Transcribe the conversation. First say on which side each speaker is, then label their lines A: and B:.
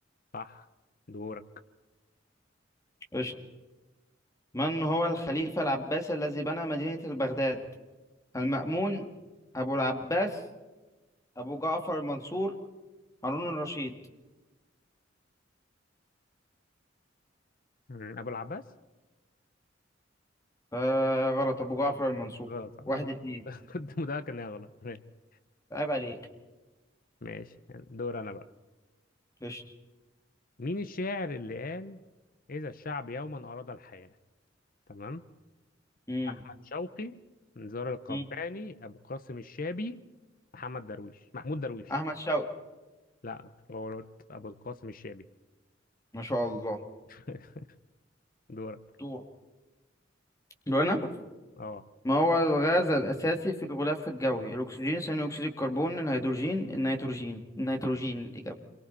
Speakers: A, on the left; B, on the left.
A: صح دورك
B: قشطة من هو الخليفة العباسي الذي بنى مدينة بغداد المأمون أبو العباس أبو جعفر المنصور هارون الرشيد
A: مم. ابو العباس
B: آه غلط أبو جعفر
A: غلط
B: المنصور
A: غلط صح
B: واحد
A: انا
B: اتنين
A: كنت <laughs> كنت متاكد انها غلط ماشي
B: عيب عليك
A: ماشي. دور انا بقى
B: قشطة
A: مين الشاعر اللي قال اذا الشعب يوما اراد الحياة تمام
B: مم.
A: احمد شوقي نزار القباني
B: مم.
A: ابو قاسم الشابي محمد درويش محمود درويش
B: أحمد شوقي
A: لا غلط ابو القاسم الشامي
B: ما شاء الله
A: <laughs> دورك
B: دور دور أنا
A: اه
B: ما هو الغاز الأساسي في الغلاف الجوي الأكسجين ثاني أكسيد الكربون الهيدروجين النيتروجين النيتروجين الإجابة